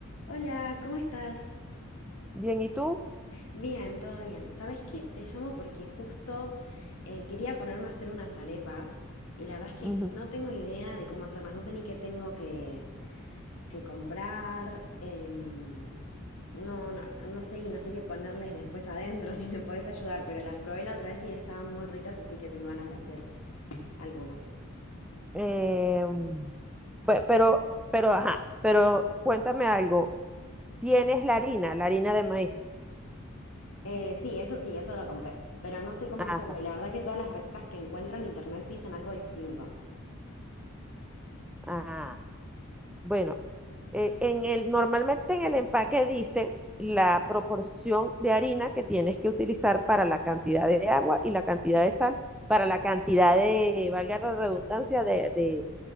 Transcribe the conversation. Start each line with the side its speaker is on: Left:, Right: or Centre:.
Left: Hola, ¿cómo estás?
Centre: Bien, ¿y tú?
Left: Bien, todo bien. Sabes qué? Te llamo porque justo eh, quería ponerme a hacer unas arepas y la verdad es que
Centre: Ujú.
Left: no tengo idea de cómo hacerlas. No sé ni qué tengo que, que comprar. em, no, no, no sé y no sé qué ponerles después adentro <laughs> si me podés ayudar, pero las probé la otra vez y estaban muy ricas, así que tengo ganas de hacer algunas.
Centre: Eh, pe- pero, pero, ajá, pero cuéntame algo. ¿Tienes la harina, la harina de maíz?
Left: Eh, sí, eso sí, eso lo compré, pero no sé cómo
Centre: Ajá,
Left: hacerlo y la verdad que todas las recetas que encuentro en internet dicen algo distinto.
Centre: ah, bueno, eh, en el, normalmente en el empaque dice la proporción de harina que tienes que utilizar para la cantidad de agua y la cantidad de sal, para la cantidad de, valga la redundancia, de, de